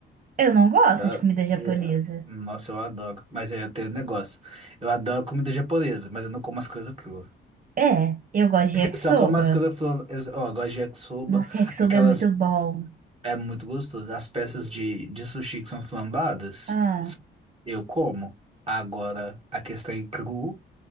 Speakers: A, on the right; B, on the right.
A: Eu não gosto
B: Ah,
A: de comida japonesa.
B: é, Nossa, eu adoro. Mas aí eu tenho um negócio. Eu adoro comida japonesa, mas eu não como as coisas cruas. <laughs>
A: É, eu gosto de yakisoba.
B: Só como as coisas cruas. Eu, ó, eu gosto de yakisoba.
A: Nossa, yakisoba
B: Aquelas.
A: é muito bom.
B: É muito gostoso. As peças de, de sushi que são flambadas,
A: Ah,
B: eu como. Agora, a questão é cru.